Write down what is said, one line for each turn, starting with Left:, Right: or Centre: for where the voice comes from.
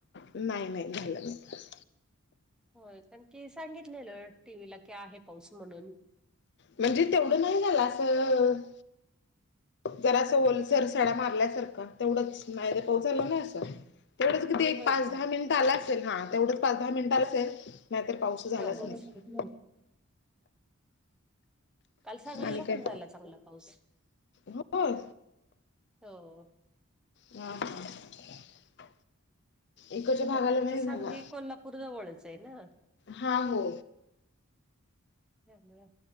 Left: नाही नाही झालंच नाही.
Centre: हो कारण की सांगितलेलं टी व्हीला की आहे पाऊस म्हणून.
Left: म्हणजे तेवढं नाही झालं असं जरा असं ओलसर साडा मारल्यासारखा तेवढंच नाहीतर पाऊस झाला नाही असा.
Centre: <inaudible>
Left: तेक पाच
Centre: का
Left: दहा मिनिटं आलासेल हा तेवढंच पाच दहा मिनिटाचा सेल नाही तर पाऊस झालाच
Centre: तेवढंच
Left: नाही
Centre: हम्म. काल सांगलीला
Left: आणि काय
Centre: पण झाला चांगला पाऊस.
Left: होय
Centre: हो.
Left: आ हा. एकच्या भागाला
Centre: कारण तुमचं
Left: नाही
Centre: सांगली
Left: झाला.
Centre: कोल्हापूर जवळच आहे ना.
Left: हा हो.
Centre: झालाया